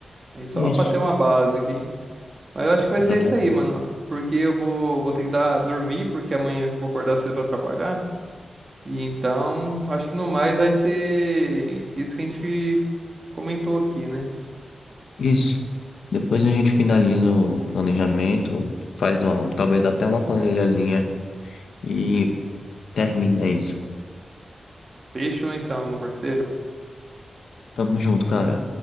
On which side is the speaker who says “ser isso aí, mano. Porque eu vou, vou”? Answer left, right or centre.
Right